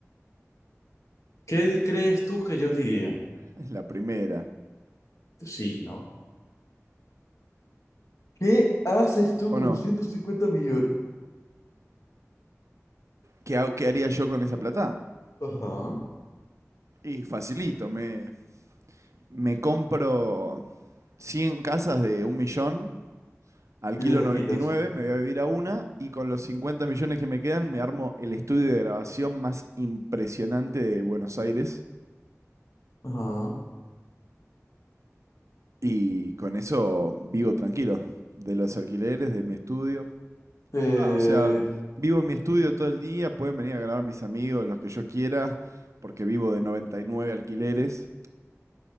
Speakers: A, on the left (about 70°); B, on the right (about 65°).
A: ¿Qué di- crees tú que yo diría?
B: Es la primera.
A: Pues sí, ¿no? ¿Qué haces tú
B: ¿O
A: con
B: no?
A: 150 millones?
B: ¿Qué, ha- qué haría yo con esa plata?
A: Ajá.
B: Y facilito, me, me compro 100 casas de un millón, alquilo
A: Y las alquilas.
B: 99, me voy a vivir a una y con los 50 millones que me quedan me armo el estudio de grabación más impresionante de Buenos Aires
A: Ajá.
B: y con eso vivo tranquilo, de los alquileres, de mi estudio.
A: Eh,
B: Ah, o sea, vivo en mi estudio todo el día, pueden venir a grabar mis amigos, los que yo quiera, porque vivo de 99 alquileres